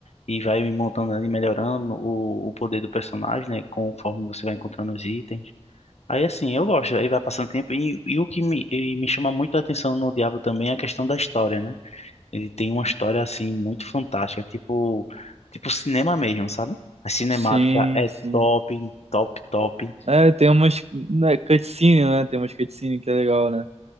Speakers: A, on the left; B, on the right.
A: E vai montando ali, melhorando o, o poder do personagem, né? Conforme você vai encontrando os itens. Aí assim, eu gosto, aí vai passando tempo. E, e o que me, e me chama muito a atenção no Diablo também é a questão da história, né? Ele tem uma história assim muito fantástica, tipo, tipo cinema mesmo, sabe? A cinemática
B: Sim,
A: é
B: sim.
A: top, top, top.
B: É, tem umas, né, cutscene, né? Tem umas cutscene que é legal, né?